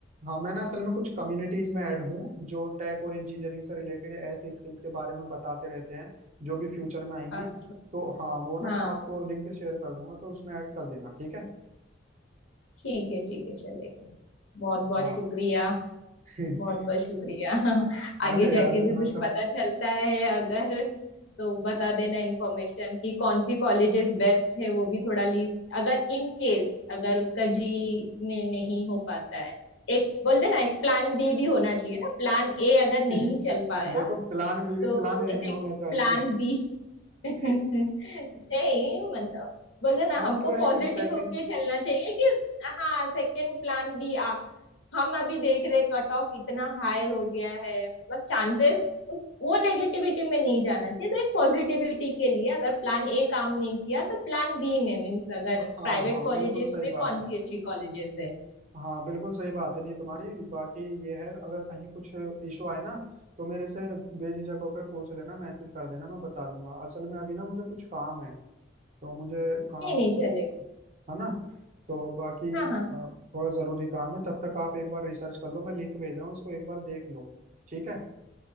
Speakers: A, on the right; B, on the left.
A: हाँ मैं ना असल में कुछ कम्युनिटीज में ऐड हूँ जो टेक और इंजीनियरिंग से रिलेटेड ऐसी स्किल्स के बारे में बताते रहते हैं जो भी फ्यूचर में आएंगी
B: अच्छा
A: तो हाँ वो ना
B: हाँ
A: मैं आपको लिंक शेयर कर दूंगा तो उसमें ऐड कर देना ठीक है
B: ठीक है ठीक है चलेगा बहुत बहुत
A: हाँ
B: शुक्रिया
A: <laughs>
B: बहुत बहुत शुक्रिया <laughs> आगे
A: अरे
B: जाके
A: यार इतना
B: भी कुछ
A: तो
B: पता चलता है अगर तो बता देना इन्फॉर्मेशन कि कौन सी कॉलेजेस बेस्ट है वो भी थोड़ा लिस्ट अगर इन केस अगर उसका जी में नहीं हो पाता है एक बोल देना एक प्लान बी भी होना चाहिए ना प्लान ए
A: <laughs>
B: अगर नहीं चल पाया
A: देखो प्लान बी भी
B: तो
A: प्लान ए ही होना
B: एक
A: चाहिए
B: प्लान बी <laughs> नहीं
A: <laughs>
B: मतलब बोलते ना
A: हाँ
B: हमको
A: मतलब एक
B: पॉजिटिव
A: सेकंड
B: होके चलना चाहिए कि हाँ सेकंड प्लान बी आ हम अभी देख रहे कट ऑफ इतना हाई हो गया है मतलब चांसेस उस वो नेगेटिविटी में नहीं जाना चाहिए तो एक पॉजिटिविटी के लिए अगर प्लान ए काम नहीं किया तो प्लान बी में मीन्स अगर
A: हाँ
B: प्राइवेट
A: हाँ
B: कॉलेजेस
A: बिल्कुल सही
B: में
A: बात
B: कौन सी
A: है
B: अच्छी कॉलेजेस है
A: हाँ बिल्कुल सही बात है नहीं तुम्हारी बाकी ये है अगर कहीं कुछ इशू आए ना तो मेरे से बेझिझक होकर पूछ लेना मैसेज कर देना मैं बता दूंगा असल में अभी ना मुझे कुछ काम है तो मुझे काम
B: ये नहीं चलेगा
A: है ना तो बाकी
B: हाँ
A: अ,
B: हाँ
A: थोड़ा जरूरी काम है तब तक आप एक बार रिसर्च कर लो मैं लिंक भेज रहा हूँ इसको एक बार देख लो ठीक है